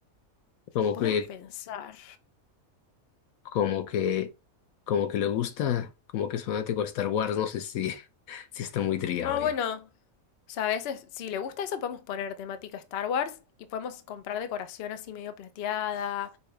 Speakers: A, on the left; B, on the left.
A: Como
B: podemos
A: que,
B: pensar.
A: como que, como que le gusta, como que es fanático de Star Wars, no sé si, <laughs> si está muy trillado
B: Ah,
A: ya.
B: bueno. O sea, a veces, si le gusta eso, podemos poner temática Star Wars y podemos comprar decoración así medio plateada.